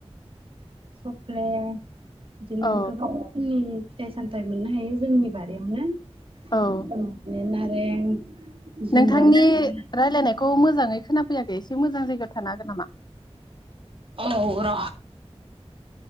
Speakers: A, on the right; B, on the left.
A: सफ्ले, बिदिनो
B: औ
A: गोबां रोखोमनि फिथाइ सामथाइ' फिथाइ मोननो हायो जोंनि बारियावनो।
B: औ
A: अ नारें जुमब्रा
B: नोंथांनि
A: नारें
B: रायलायनायखौ मोजाङै खोनाफैयाखै एसे मोजां जायगायाव थानो हागोन नामा?
A: औ र